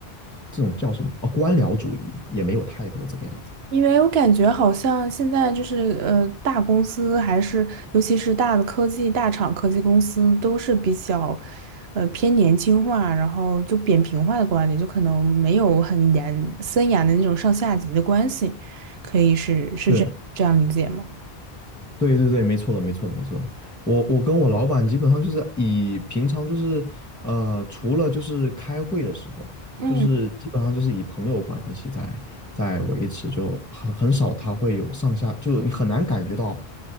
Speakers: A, in the centre; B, on the right (about 75°).
A: 这种叫什么哦，官僚主义也没有太多这个样子。
B: 因为我感觉好像现在就是呃，大公司还是尤其是大的科技大厂、科技公司都是比较，呃偏年轻化，然后就扁平化的管理，就可能没有很严森严的那种上下级的关系，可以是是这这样理解吗？
A: 对，对对对，没错的，没错的，没错的。我我跟我老板基本上就是以平常就是呃，除了就是开会的时候，
B: 嗯。
A: 就是基本上就是以朋友关系在在维持，就很很少他会有上下，就你很难感觉到